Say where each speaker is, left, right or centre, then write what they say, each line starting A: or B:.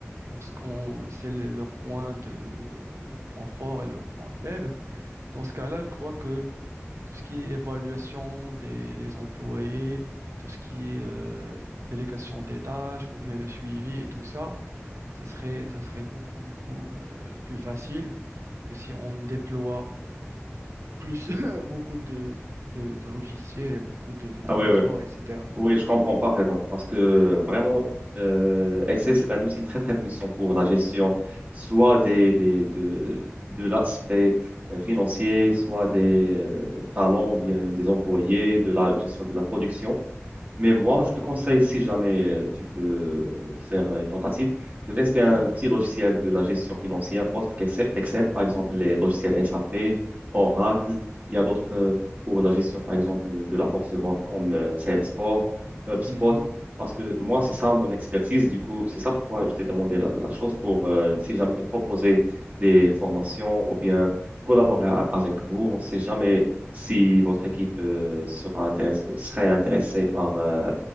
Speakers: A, on the right (about 75°); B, on the right (about 35°).
A: lorsqu'on sait le- leurs points de, leurs points forts et leurs points faibles. Dans ce cas-là, je crois que tout ce qui est évaluation des, des employés, tout ce qui est euh, délégation des tâches ou bien le suivi et tout ça, ça serait, ça serait beaucoup, beaucoup, euh, plus facile que si on déploie plus <coughs> <laughs> beaucoup de, de, de logiciels, et beaucoup de, de tableaux
B: Ah oui, oui.
A: de bord, etc.
B: Oui, je comprends parfaitement. Parce que vraiment, euh, Excel, c'est un outil très, très puissant pour la gestion, soit des, des, de, de l'aspect euh, financier, soit des euh, talents, bien des employés, de la gestion de la production. Mais moi, je te conseille, si jamais euh, tu peux faire une tentative, de tester un
A: Mhm,
B: petit logiciel de la gestion financière autre qu'Excel, Excel, par exemple les logiciels SAP, Oracle. Il y a d'autres euh, pour la gestion, par exemple, de la force de vente comme euh, Salesforce, HubSpot.
A: mhm.
B: Parce que moi, c'est ça mon expertise. Du coup, c'est ça pourquoi je t'ai demandé la, la chose pour, euh, si jamais te proposer des formations ou bien collaborer a- avec vous. On ne sait jamais si votre équipe euh, sera intéress- serait intéressée par, euh,